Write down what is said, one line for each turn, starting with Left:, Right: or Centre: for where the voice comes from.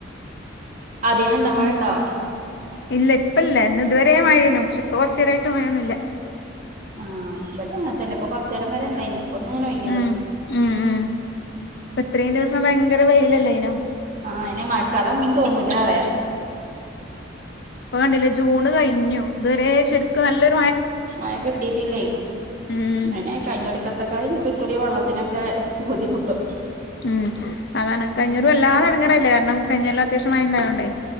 Right: ആദ്യേനണ്ടോ മഴണ്ടോ
Left: ഉം- ഇല്ല ഇപ്പല്ല, ഇന്ന് ഇതുവരെ മഴയായിനു. പക്ഷെ ഇപ്പൊ കൊറച്ചു നേരായിട്ട് മഴയൊന്നുയില്ല.
Right: ആഹ് ഇബടെ അതന്നെ. ഇപ്പൊ കൊറച്ച് നേരം വരെ ഇണ്ടായിനു. ഇപ്പ ഒന്ന് അങ്ങനെ ഒയിഞ്ഞേക്കണ്.
Left: ഉം ഉം ഉം ഇപ്പ ഇത്രേം ദിവസം ഭയങ്കര വെയിലല്ലേനോ?
Right: ആഹ് അയനെ മഴക്കാലാന്നൊന്നും തോന്നൂലാറിയ.
Left: ഇപ്പോ കണ്ടില്ലേ ജൂണ് കയിഞ്ഞു. ഇതുവരെ ശരിക്ക് നല്ല <unintelligible>
Right: മയ കിട്ടീട്ടില്ലേ.
Left: ഉം
Right: അങ്ങനെ കയിഞ്ഞ <unintelligible> തക്കത്തായി ഇനിപ്പൊ ഇക്കുറി വെള്ളത്തിനൊക്കെ ബുദ്ധിമുട്ടും.
Left: ഉം അതാണ്. കഴിഞ്ഞൂറി വല്ലാതെടങ്കേറായില്ലേ? കാരണം കഴിഞ്ഞോല്ലം അത്യാവശ്യം മഴ ഒണ്ടായതോണ്ട്.